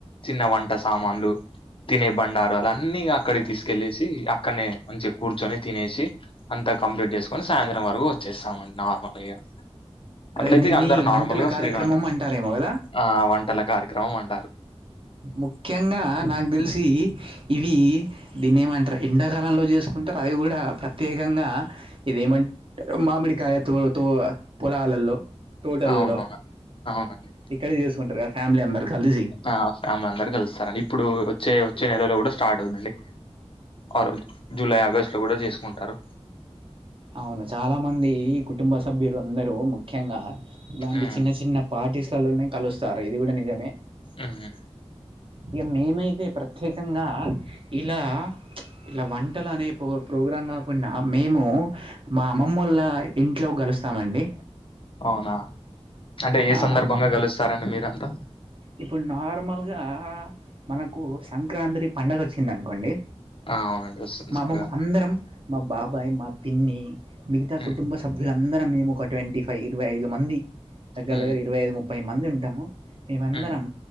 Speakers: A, on the left; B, on the right.
A: చిన్న వంట సామాన్లు తినే బండారాలు అన్నీ ఇగ క్కడికి తీసుకెళ్ళేసి అక్కడనే మంచిగా కూర్చొని తినేసి అంతా కంప్లీట్ చేసుకొని సాయంత్రం వరకు వచ్చేస్తామండి నార్మల్ గా ఇగ అట్లయితే
B: అదే దీన్ని
A: ఇగ అందరూ నార్మల్
B: వంటల
A: గా
B: కార్యక్రమం
A: ఫ్రీగా ఉంటా
B: అంటారేమో కదా
A: ఆ వంటల కార్యక్రమం అంటారు
B: ముఖ్యంగా నాకు తెలిసి ఇవి దీన్నేమంటారు ఎండాకాలంలో చేసుకుంటారు అది కూడా ప్రత్యేకంగా ఇదేమన్ మామిడికాయ తో తో పొలాలల్లో తోటలలో
A: అవునవును అవునండి
B: ఇక్కడే చేసుకుంటరుగా ఫ్యామిలీ అందరూ కలిసి
A: ఆ ఫ్యామిలీ అందరూ కలుస్తారండి ఇప్పుడు వచ్చే వచ్చే నెలలో కూడా స్టార్ట్ అవుద్దండి ఆ రోజు జూలై ఆగస్టు లో కూడా చేసుకుంటారు
B: అవును చాలా మంది కుటుంబ సభ్యులు అందరూ ముఖ్యంగా ఇలాంటి
A: ఉమ్
B: చిన్న చిన్న పార్టీస్ లల్లోనే కలుస్తారు ఇది కూడా నిజమే
A: ఊహూ
B: ఇగ మేమైతే ప్రత్యేకంగా ఇలా ఇలా వంటలు అనే పో ప్రోగ్రాం కాకుండా మేము మా అమ్మమ్మొల్ల ఇంట్లో గలుస్తామండి
A: అవునా అంటే ఏ
B: ఆ,
A: సందర్బంగా
B: మా
A: కలుస్తారండి మీరంతా
B: ఇప్పుడు నార్మల్గా మనకు సంక్రాంత్రి పండగొచ్చిందనుకోండి
A: ఆ అవునండి వస్తుంది
B: మా
A: సంక్రాంతి
B: అమ్మమ్మ అందరం మా బాబాయ్ మా పిన్ని మిగతా
A: ఉమ్
B: కుటుంబ సభ్యులందరం మేం ఒక ట్వంటీ ఫైవ్ ఇరవై ఐదు మంది దగ్గర
A: ఉమ్
B: దగ్గర ఇరవై ఐదు ముప్పై మంది ఉంటాము మేమందరం
A: ఉమ్